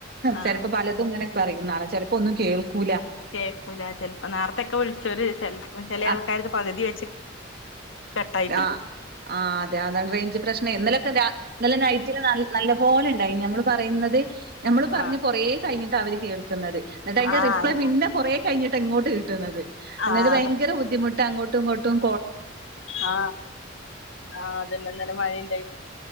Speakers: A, on the left (about 80°); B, on the right (about 50°).
A: ആഹ്
B: ചെലപ്പോ പലതുങ്ങനെ. ചെലപ്പോ ഒന്നും കേൾക്കു
A: കേക്കൂല ചെൽപ്പ നാർത്തൊക്കെ വിളിച്ചൊര് ചെൽപ്പ ചെല
B: ആ
A: ആൾക്കാര്തെ പകുതി വെച്ച്. കട്ടായി പോയി
B: ആ ആ അതെ അതാണ് റേഞ്ച് പ്രശ്നേ ഇന്നലൊക്കെ രാ ഇന്നലെ നൈ <unintelligible> നല്ല പോലെ ഇണ്ടായിനി നമ്മള് പറയുന്നത് നമ്മള് പറഞ്ഞ്
A: ആഹ്
B: കൊറേ കഴ്ഞ്ഞിട്ടാ അവര് കേൾ ന്നത് എന്നിട്ട് അതിന്റെ
A: ആഹ്
B: റിപ്ലൈ പിന്നെ കൊറേ കഴിഞ്ഞിട്ടാ ഇങ്ങോട്ട് കിട്ട്ന്നത്. എന്ന്ട്ട്
A: ആഹ്
B: ഭയങ്കര ബുദ്ധിമുട്ടാ അങ്ങോട്ടും ങ്ങോട്ടും.
A: ആ ആ അതന്നെ ഇന്നലെ മഴണ്ടായി.